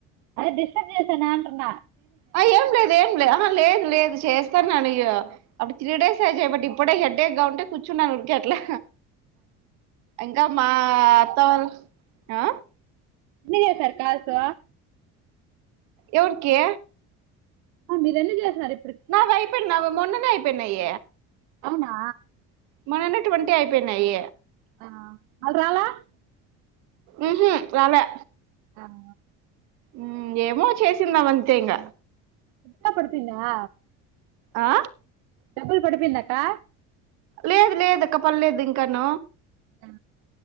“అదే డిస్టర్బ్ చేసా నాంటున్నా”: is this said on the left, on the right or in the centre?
Right